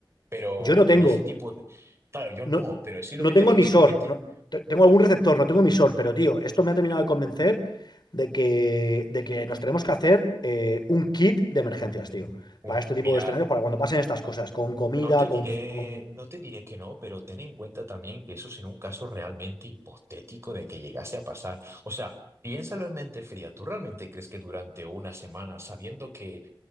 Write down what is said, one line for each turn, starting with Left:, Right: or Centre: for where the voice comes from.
Right: Pero
Left: Yo no tengo,
Right: en ese tipo de... Claro, yo
Left: no,
Right: no, pero sí lo
Left: no
Right: que
Left: tengo
Right: te digo
Left: emisor,
Right: es que hay gente...
Left: no, te- tengo algún receptor, no tengo emisor, pero tío, esto me ha terminado de convencer de que, de que nos tenemos que hacer eh, un kit de emergencias, tío,
Right: Uf,
Left: para este tipo
Right: Mira,
Left: de escenarios, para cuando pasen estas cosas, con comida,
Right: No te diré,
Left: con, con...
Right: no te diré que no, pero ten en cuenta también que eso es en un caso realmente hipotético de que llegase a pasar. O sea, piénsalo en mente fría. ¿Tú realmente crees que durante una semana, sabiendo que